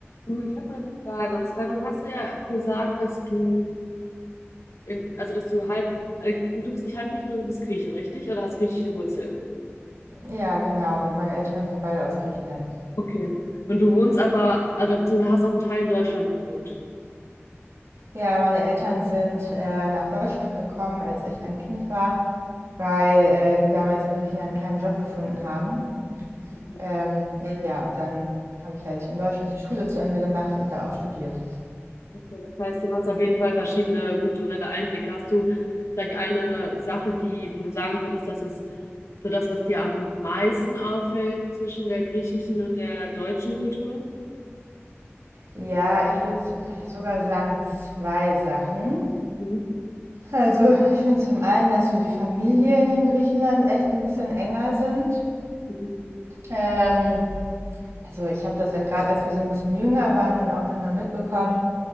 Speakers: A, on the left (about 80°); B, on the right (about 80°).
A: Du, ich habe mal eine Frage. Und zwar, du hast ja gesagt, dass du in, also dass du halb, äh, du bist nicht halb halbgriechen, du bist Griechin, richtig? Oder hast griechische Wurzeln?
B: Ja, genau. Meine Eltern sind beide aus Griechenland.
A: Okay. Und du wohnst aber, also beziehungsweise hast auch einen Teil in Deutschland gewohnt.
B: Ja, meine Eltern sind äh, nach Deutschland gekommen, als ich ein Kind war, weil äh, die damals in Griechenland keinen Job gefunden haben.
A: Okay.
B: Ähm, ja, und dann habe ich halt in Deutschland die Schule zu Ende gemacht und da auch studiert.
A: Okay, das heißt, du hast auf jeden Fall verschiedene kulturelle Einblicke. Hast du vielleicht eine Sache, die, wo du sagen würdest, das ist so das, was dir am meisten auffällt zwischen der griechischen und der deutschen Kultur?
B: Ja, ich würde sogar sagen zwei Sachen.
A: Mhm.
B: Also ich finde zum einen, dass so die Familien in Griechenland echt ein bisschen enger sind.
A: Mhm.
B: Ähm, also ich habe das ja gerade, als wir so ein bisschen jünger waren, dann auch manchmal mitbekommen,